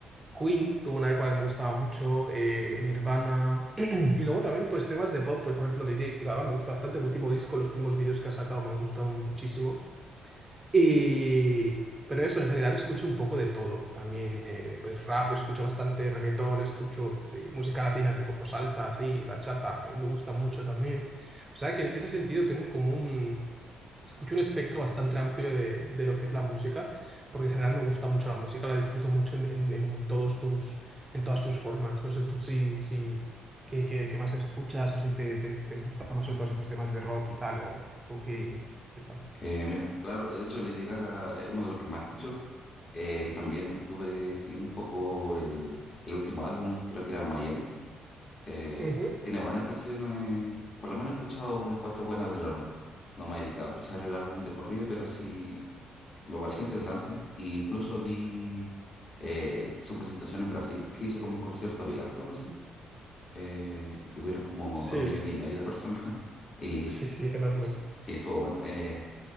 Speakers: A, on the right; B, on the left.
A: Queen tuvo una época que me gustaba mucho, eh, Nirvana, <clears throat> y luego también pues temas de pop, pues por ejemplo Lady Gaga me gusta bastante, el último disco, los últimos vídeos que ha sacado me han gustado muchísimo, y... pero eso, en general escucho un poco de todo, también eh, pues rap, escucho bastante reggaetón, escucho de música latina tipo salsa, así, bachata, me me gusta mucho también, o sea que en ese sentido tengo como un Escucho un espectro bastante amplio de, de lo que es la música, porque en general me gusta mucho la música, la disfruto mucho en, en- en todos sus, en todas sus formas. No sé tú si, si qué, qué- qué más escuchas o si te, te, te gusta más sobre todo esos pues, temas de rock y tal, o, o qué, qué tal.
B: Eh, mira, claro, de hecho Lady Gaga es uno de los que más escucho eh, y también estuve siguiendo un poco el, el último álbum, creo que era Mayhem eh,
A: Ujú.
B: tiene buenas canciones. Por lo menos he escuchado unas cuatro buenas del álbum. No me he dedicado a escuchar el álbum de corrido, pero sí me pareció interesante. Y incluso vi eh, su presentación en Brasil, que hizo como un concierto abierto, algo así. Eh, y hubieron como
A: Sí,
B: dos millones y medio de personas. <laughs> Y
A: sí, sí, enorme.
B: sí, sí estuvo bueno. Eh,